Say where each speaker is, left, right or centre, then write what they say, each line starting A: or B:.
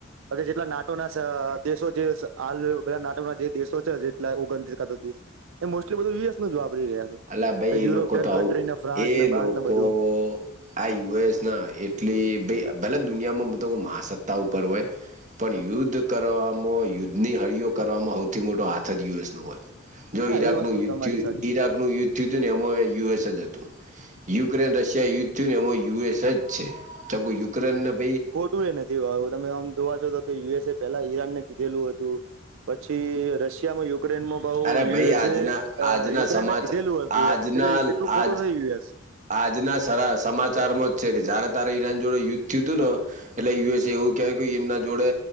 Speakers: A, on the right; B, on the right.
A: પછી જેટલા નાટોના સ દેશો જે સ હાલ બધા નાટોના જે દેશો છે જેટલા ઓગણતીસ કાતો તીસ એ મોસ્ટલી બધું યુએસ નુજ વાપરી રહ્યા.
B: અલા ભઈ
A: છે
B: એ
A: યુરોપિયન
B: લોકો તો આવું,
A: કન્ટ્રી ને ફ્રાન્સ
B: એ
A: ને બાન્સ
B: લોકો
A: ને બધું
B: આ યુએસ ના એટલી ભય ભલે દુનિયામો મો તો મહાસત્તા ઉપર હોય પણ યુદ્ધ કરવામો યુદ્ધની હળિઓ કરવામાં હ્વૈથી મોટો હાથ જ યુએસ નો હોય જો
A: હા
B: ઈરાકનું
A: એ વસ્તુ
B: યુદ્ધ
A: તમારી
B: થ્યુ
A: સાચી
B: ઈરાક નું યુદ્ધ થ્યુ તું એમોએ યુએસ જ હતું, યુક્રેન રશિયા યુદ્ધ થ્યુ એમોય યુએસ જ છે તો યુક્રેનને ભઈ
A: તુએ નથી <unintelligible> તમે આમ જોવા જો તો કે યુએસ એ પેલા ઈરાન ને કીધેલું અતું. પછી રશિયામાં યુક્રેનમાં બઉ
B: અરે
A: યુએસે
B: ભાઈ આજના
A: અ
B: આજના
A: યુક્રેન
B: સમાચાર
A: કીધેલું અતું
B: આજના
A: એમ કે કે એટલું ખોટું
B: આજ
A: નહી યુએસ.
B: આજના સરા સમાચારમાં જ છે કે જયારે તારે ઈરાન જોડે યુદ્ધ થ્યુ તું ન એટલે યુએસએ એવું કયું કે એમના જોડે